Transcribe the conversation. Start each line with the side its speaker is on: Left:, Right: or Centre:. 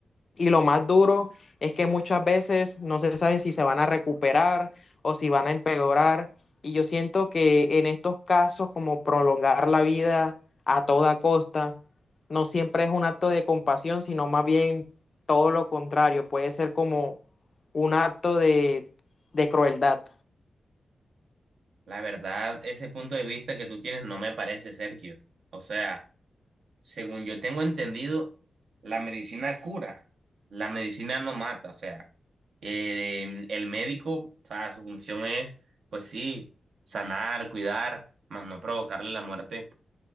Left: Y lo más duro es que muchas veces no se saben si se van a recuperar o si van a empeorar. Y yo siento que en estos casos, como prolongar la vida a toda costa, no siempre es un acto de compasión, sino más bien todo lo contrario. Puede ser como un acto de, de crueldad.
Right: La verdad, ese punto de vista que tú tienes no me parece, Sergio. O sea, según yo tengo entendido, la medicina cura, la medicina no mata, o sea, el, el médico, o sea, su función es, pues sí, sanar, cuidar, más no provocarle la muerte